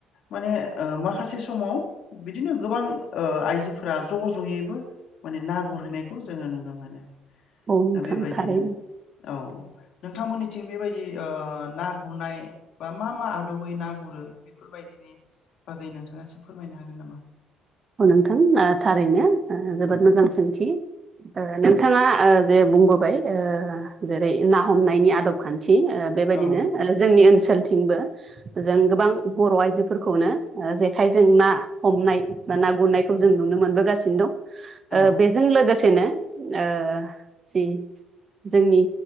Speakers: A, on the left; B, on the right.
A: माने ओ माखासे समाव बिदिनो गोबां ओ आइजोफोरा ज' ज'यैबो माने ना गुरहैनायखौ जोङो नुनो मोनो।
B: औ नोंथां
A: ओ बेबायदिनो
B: थारैनो
A: औ नोंथांमोननिथिं बेबायदि ओ ना गुरनाय बा मा मा आदबै ना गुरो? बेफोरबायदिनि बागै नोंथाङासो फोरमायनो हागोन नामा?
B: औ नोंथां ओ थारैनो ओ जोबोद मोजां सोंथि। ओ नोंथाङा ओ जे बुंबोबाय ओ जेरै ना हमनायनि आदब खान्थि ओ बेबायदिनो
A: औ
B: ओ जोंनि ओनसोलथिंबो जों गोबां बर' आइजोफोरखौनो जेखाइजों ना हमनाय बा ना गुरनायखौ जों नुनो मोनबोगासिनो दं।
A: औ
B: ओ बेजों लोगोसेनो ओ जि जोंनि